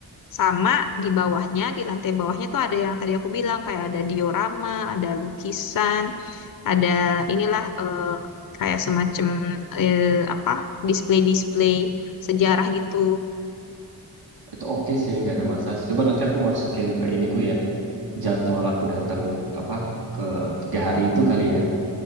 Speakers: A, on the left; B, on the right.
A: Sama di bawahnya, di lantai bawahnya tuh ada yang tadi aku bilang kayak ada diorama, ada lukisan, ada inilah eh, kayak semacam eh, apa display-display sejarah gitu.
B: Itu oke sih nggak ada masalah. Coba nanti aku masukin ke iniku ya jadwal aku datang apa ke tiga hari itu kali ya.